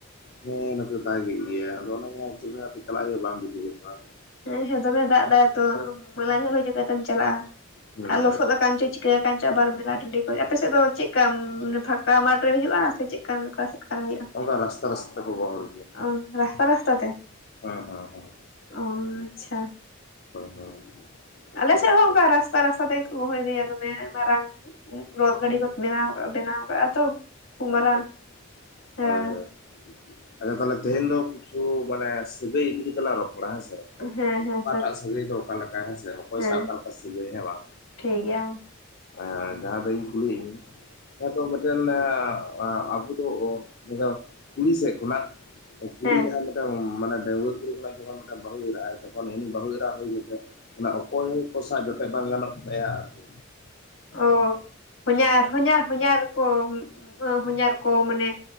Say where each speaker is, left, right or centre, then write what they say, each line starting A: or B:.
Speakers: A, on the left; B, on the left.
A: ᱦᱮᱸ ᱱᱚᱛᱮ ᱫᱟᱜᱮ ᱜᱮᱭᱟ ᱟᱫᱚ ᱚᱱᱟ ᱜᱮ ᱦᱟᱸ ᱪᱮᱫ ᱞᱮᱠᱟ ᱛᱮ ᱪᱟᱞᱟᱜ ᱦᱩᱭᱩᱜᱼᱟ ᱵᱟᱝ ᱵᱩᱡᱩᱜᱚᱜ ᱠᱟᱱᱟ᱾
B: ᱦᱮᱸ ᱦᱮᱸ ᱫᱚᱢᱮ ᱫᱟᱜ ᱮᱫᱟᱭ ᱛᱚ, ᱢᱮᱞᱟ ᱧᱮᱞ ᱦᱚᱸ ᱪᱤᱠᱟ. ᱛᱮᱢ ᱪᱟᱞᱟᱜᱼᱟ
A: ᱦᱩᱸ
B: ᱟᱨ ᱞᱚᱥᱚᱫ
A: ᱦᱩᱸ
B: ᱟᱠᱟᱱ ᱪᱚ ᱪᱤᱠᱟ. ᱠᱟᱱᱪᱚ ᱟᱵᱟᱨ ᱢᱮᱞᱟ ᱴᱟᱺᱰᱤ ᱠᱚ, ᱟᱯᱮ ᱥᱮᱫ ᱫᱚ ᱪᱮᱫ ᱞᱮᱠᱟ ᱯᱷᱟᱸᱠᱟ ᱢᱟᱴ ᱨᱮ ᱦᱩᱭᱩᱜ-ᱟ ᱥᱮ ᱪᱮᱫᱠᱟ <inaudible> ᱦᱩᱭᱩᱜᱼᱟ,
A: ᱚᱱᱠᱟ ᱨᱟᱥᱛᱟ ᱨᱟᱥᱛᱟ ᱛᱮᱠᱚ ᱜᱚᱦᱚᱲ
B: ᱚ ᱨᱟᱥᱛᱟ ᱨᱟᱥᱛᱟ ᱛᱮ᱾
A: ᱦᱚᱸ ᱦᱚᱸ ᱦᱚᱸ᱾
B: ᱚ ᱟᱪᱪᱷᱟ᱾
A: ᱦᱳᱭ ᱨᱟᱥᱛᱟ
B: ᱟᱞᱮ
A: ᱨᱟᱥᱛᱟ
B: ᱥᱮᱫ ᱦᱚᱸ
A: ᱛᱮ
B: ᱚᱱᱠᱟ ᱨᱟᱥᱛᱟ ᱨᱟᱥᱛᱟ ᱛᱮᱜᱮ ᱠᱚ ᱜᱚᱦᱚᱲ ᱤᱫᱤᱭᱟ ᱫᱚᱢᱮ ᱢᱟᱨᱟᱝ᱾ ᱨᱚᱛᱷ ᱜᱟᱹᱰᱤ ᱠᱚ ᱵᱮᱱᱟᱣ ᱵᱮᱱᱟᱣ ᱠᱟᱜᱼᱟ ᱛᱚ ᱠᱷᱩᱵ ᱢᱟᱨᱟᱝ
A: ᱟᱪᱪᱷᱟ ᱟᱪᱪᱷᱟ
B: ᱦᱮᱸ᱾
A: ᱦᱳᱭ ᱦᱳᱭ ᱟᱪᱪᱷᱟ ᱛᱟᱞᱦᱮ ᱛᱮᱦᱮᱧ ᱫᱚ ᱠᱤᱪᱷᱩ ᱢᱟᱱᱮ ᱥᱟᱹᱜᱟᱹᱭ ᱤᱫᱤ ᱠᱟᱛᱮᱜ ᱞᱟᱝ ᱨᱚᱯᱚᱲᱟ ᱦᱮᱸᱥᱮ᱾
B: ᱦᱮᱸ ᱦᱮᱸ
A: ᱚᱠᱟᱴᱟᱜ ᱥᱟᱹᱜᱟᱹᱭ ᱫᱚ ᱚᱠᱟ ᱞᱮᱠᱟ ᱦᱮᱸᱥᱮ ᱚᱠᱚᱭ
B: ᱦᱮᱸ
A: ᱚᱠᱟ ᱞᱮᱠᱟ ᱥᱟᱹᱜᱟᱹᱭ ᱦᱮᱸ ᱵᱟᱝ᱾
B: ᱴᱷᱤᱠ ᱜᱮᱭᱟ ᱢᱟ
A: ᱮᱸ ᱡᱟᱦᱟᱸ ᱫᱚ ᱤᱧ ᱠᱩᱞᱤᱭᱤᱡ ᱢᱤᱭᱤᱧ ᱦᱮᱸ ᱛᱚ ᱢᱮᱫᱴᱮᱱ ᱮᱸ ᱮᱸ ᱟᱵᱚ ᱫᱚ <unintelligible> ᱠᱩᱲᱤ ᱥᱮᱫ ᱠᱷᱚᱱᱟᱜ ᱠᱩᱲᱤ
B: ᱦᱮᱸ
A: ᱡᱟᱦᱟᱸ ᱞᱮᱠ <unintelligible> ᱢᱟᱱᱮ ᱰᱟᱹᱜᱣᱟᱹ ᱠᱩᱲᱤ ᱠᱷᱚᱱᱟᱜ ᱡᱚᱠᱷᱚᱱ ᱢᱮᱫᱴᱟᱝ ᱵᱟᱹᱦᱩ ᱮᱨᱟᱜᱟᱭ, ᱛᱚᱠᱷᱚᱱ ᱩᱱᱤ ᱵᱟᱹᱦᱩ ᱮᱨᱟ ᱦᱳᱭ ᱠᱟᱛᱮᱫ ᱚᱱᱟ ᱚᱠᱚᱭ ᱠᱚᱥᱟᱜ ᱡᱚᱴᱮᱫ ᱵᱟᱝ ᱜᱟᱱᱚᱜ ᱛᱟᱭᱟ ᱟᱨᱠᱤ᱾
B: ᱚ ᱦᱚᱧᱟᱨ ᱦᱚᱧᱟᱨ ᱦᱚᱧᱟᱨ ᱠᱚ ᱦᱚᱧᱟᱨ ᱠᱚ ᱢᱟᱱᱮ